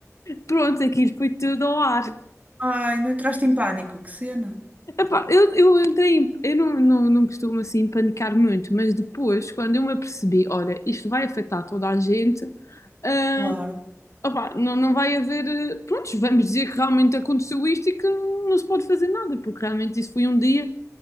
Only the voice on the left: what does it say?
Pronto, aquilo foi tudo ao ar.
Epá, eu, eu entrei, em- eu não, não, não costumo assim panicar muito, mas depois, quando eu me apercebi, olha, isto vai afetar toda a gente, ah,
opá, não, não vai haver, eh, prontos, vamos dizer que realmente aconteceu isto e que não se pode fazer nada, porque realmente isso foi um dia.